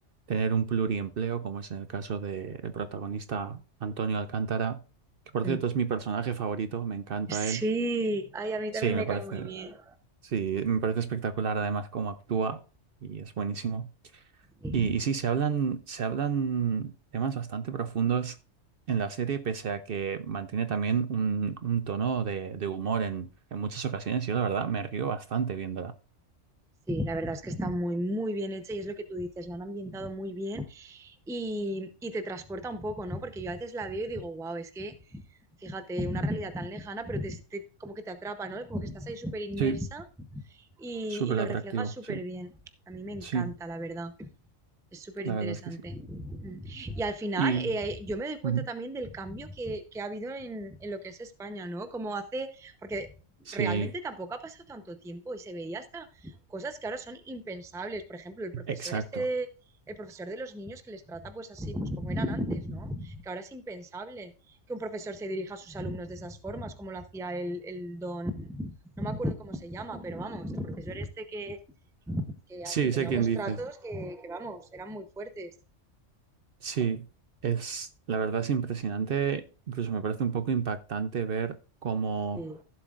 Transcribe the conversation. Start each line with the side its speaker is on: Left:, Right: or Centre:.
Right: tener un pluriempleo, como es en el caso del protagonista Antonio Alcántara, que por
Centre: Mm.
Right: cierto es mi personaje favorito, me encanta
Centre: sí.
Right: él.
Centre: ay, a mí
Right: Sí,
Centre: también me
Right: me parece,
Centre: cae muy bien.
Right: sí, me parece espectacular además cómo actúa y es buenísimo.
Centre: Sí.
Right: Y, y sí, se hablan, se hablan temas bastante profundos en la serie, pese a que mantiene también un, un tono de, de humor en, en muchas ocasiones. Yo, la verdad, me río bastante viéndola.
Centre: Sí, la verdad es que está muy, muy bien hecha y es lo que tú dices, la han ambientado muy bien y, y te transporta un poco, ¿no? Porque yo a veces la veo y digo, wow, es que, fíjate, una realidad tan lejana, pero te, te- como que te atrapa, ¿no? Como que estás ahí súper inmersa
Right: Sí,
Centre: y,
Right: súper
Centre: y lo
Right: atractivo,
Centre: reflejas súper
Right: sí.
Centre: bien. A mí me encanta,
Right: Sí,
Centre: la verdad. Es súper
Right: la
Centre: interesante.
Right: verdad es que sí.
Centre: Mm. Y al final,
Right: Y
Centre: eh, yo me doy cuenta
Right: ujú,
Centre: también del cambio que, que ha habido en, en lo que es España, ¿no? Como hace, porque
Right: sí,
Centre: realmente tampoco ha pasado tanto tiempo y se veía hasta cosas que ahora son impensables. Por ejemplo, el profesor
Right: exacto.
Centre: este de- el profesor de los niños que les trata pues así, pues como eran antes, ¿no? Que ahora es impensable que un profesor se dirija a sus alumnos de esas formas, como lo hacía el, el don, no me acuerdo cómo se llama, pero vamos, el profesor este que, que,
Right: Sí,
Centre: que tenía
Right: sé quién
Centre: unos
Right: dices.
Centre: tratos que, que, vamos, eran muy fuertes.
Right: Sí, es, la verdad es impresionante. Incluso me parece un poco impactante ver cómo
Centre: Sí.